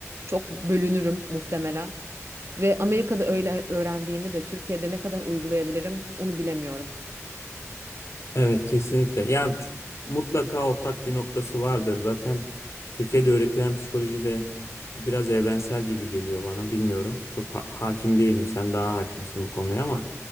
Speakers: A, on the right (about 55°); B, on the left (about 60°).
A: çok bölünürüm muhtemelen. Ve Amerika'da öyle öğrendiğimi de Türkiye'de ne kadar uygulayabilirim onu bilemiyorum.
B: Evet kesinlikle. Ya ç- mutlaka ortak bir noktası vardır. Zaten Türkiye'de öğretilen psikoloji de biraz evrensel gibi geliyor bana. Bilmiyorum. Çok ha- hakim değilim. Sen daha hakimsin bu konuya ama